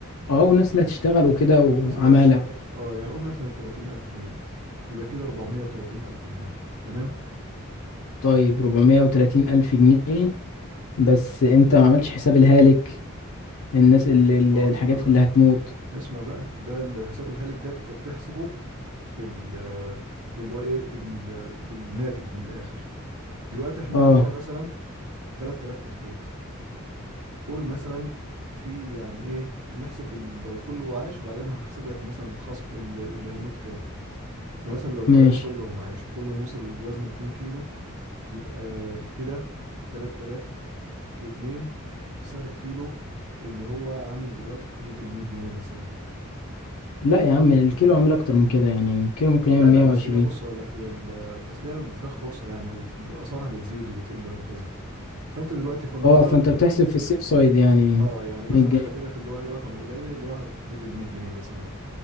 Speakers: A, on the left (about 75°); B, on the right (about 85°).
A: اه والناس اللي هتشتغل وكده
B: والناس
A: وعمالة
B: اللي هتشتغل اه يعني قول مثلا 30 الف جنيه يبقى كده 430 الف جنيه تمام
A: طيب 430 ألف جنيه بس انت ما عملتش حساب الهالك الناس اللي اللي-
B: ما هو اسمع
A: الحاجات
B: بقى
A: اللي هتموت
B: اسمع بقى ده الحساب الهالك ده انت بتحسبه في ال في اللي هو ايه ال- في الناتج من الاخر دلوقتي احنا
A: اه
B: عندنا مثلا 3000 كتكوت قول مثلا في يعني ايه نحسب ال- لو كله عاش وبعدين هحسب لك مثلا الخصم ال- اللي هيموت كام فمثلا لو التلاتة
A: ماشي
B: كلهم عاش وكلهم وصلوا للوزن 2 كيلو يبقى كده 3000 في 2 في سعر الكيلو اللي هو عامل دلوقتي في حدود ال 100 جنيه مثلا
A: لا يا عم الكيلو عامل اكتر من كده يعني الكيلو ممكن يعمل
B: لا
A: 120
B: لا مثلية بص هقول لك هي ال- اصل هي الفراخ بورصة يعني واسعارها بتزيد وبتقل وهكذا فانت دلوقتي فلنفترض
A: اه فانت بتحسب في السيف سايد يعني
B: اه يعني مثلا
A: 100 جنيه
B: خلينا في اللي هو ايه الرقم القليل اللي هو في حدود ال 100 جنيه مثلا